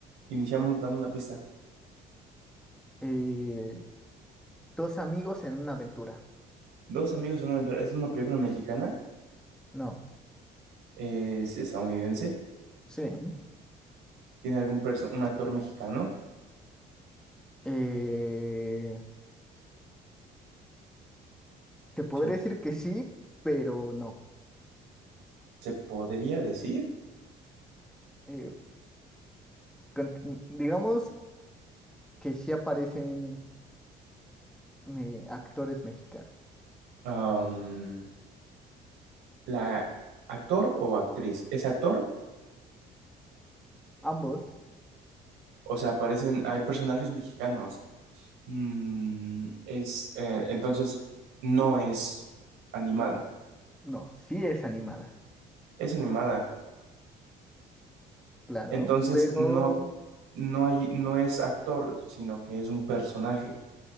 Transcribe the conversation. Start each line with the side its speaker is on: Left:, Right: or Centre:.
Right: iniciamos, dame una pista.
Centre: Eh, dos amigos en una aventura.
Right: Dos amigos de una aventura. ¿Es una película mexicana?
Centre: No,
Right: ¿Es estadounidense?
Centre: sí. ¿m?
Right: tiene algún perso- un actor mexicano,
Centre: Eh, te podría
Right: Chan, chan.
Centre: decir que sí, pero no.
Right: se podría decir,
Centre: Eh, cont- digamos que sí aparecen eh, actores mexicanos.
Right: am, la actor o actriz. ¿Es actor?
Centre: Ambos,
Right: O sea, aparecen, hay personajes mexicanos. Mm, es, eh, entonces, no es animada,
Centre: no, sí es animada,
Right: es animada.
Centre: claro,
Right: Entonces,
Centre: pero,
Right: no, ap- no hay, no es actor, sino que es un personaje,